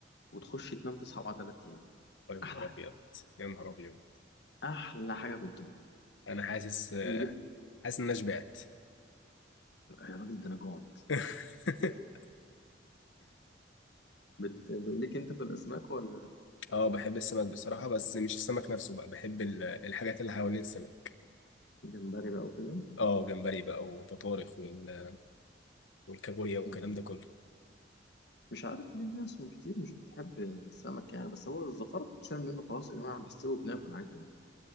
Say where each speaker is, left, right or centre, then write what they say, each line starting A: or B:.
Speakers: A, on the left; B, on the left.
A: وتخش تنام تصحى بعد تلات أيام
B: يا نهار
A: أحلى حاجة
B: ابيض يا نهار ابيض
A: أحلى حاجة في الدنيا
B: انا حاسس آه،
A: إيه؟
B: حاسس ان انا شبعت
A: يا راجل ده انا جوعت
B: <laughs>
A: بت... ليك انت في الاسماك ولا
B: اه بحب السمك بصراحه بس مش السمك نفسه بقى بحب ال- الحاجات اللي حوالين السمك
A: جمبري بقى وكده
B: اه جمبري بقى وبطارخ وال- والكابوريا والكلام
A: مم.
B: ده كله
A: مش عارف ليه ناس من كتير مش بتحب السمك يعني بس هو الزفارة بتتشال منه خلاص يا جماعة بيستوي وبناكل عادي يعني